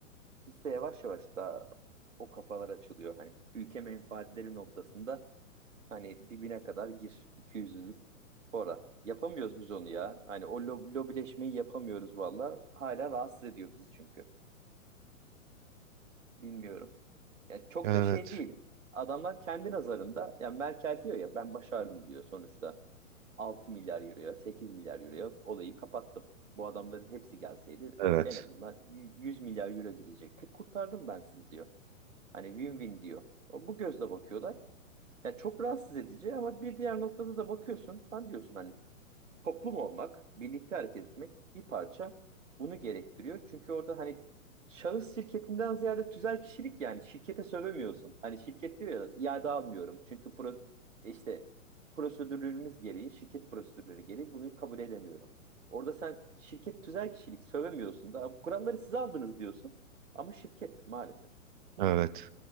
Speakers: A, on the right; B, on the right.
A: bizde yavaş yavaş daha o kafalar açılıyor. Hani ülke menfaatleri noktasında Hani dibine kadar gir 200'lük fora. Yapamıyoruz biz onu ya. Hani o lo- lobileşmeyi yapamıyoruz valla. Hala rahatsız ediyor bizi çünkü. Bilmiyorum. Yani çok
B: Evet.
A: da şey değil. Adamlar kendi nazarında ya Merkel diyor ya ben başardım diyor sonuçta. 6 milyar euroya 8 milyar euroya olayı kapattım. Bu adamların hepsi gelseydi
B: Evet.
A: en azından y- 100 milyar euro gidecekti. Kurtardım ben sizi diyor. Hani win-win diyor. O, bu gözle bakıyorlar. Ya çok rahatsız edici ama bir diğer noktada da bakıyorsun. Lan diyorsun hani toplum olmak, birlikte hareket etmek bir parça bunu gerektiriyor. Çünkü orada hani şahıs şirketinden ziyade tüzel kişilik yani şirkete sövemiyorsun. Hani şirket diyor ya iade almıyorum. Çünkü pro, işte prosedürlerimiz gereği, şirket prosedürleri gereği bunu kabul edemiyorum. Orada sen şirket tüzel kişilik sövemiyorsun da "Bu kuralları siz aldınız diyorsun. Ama şirket maalesef.
B: Evet.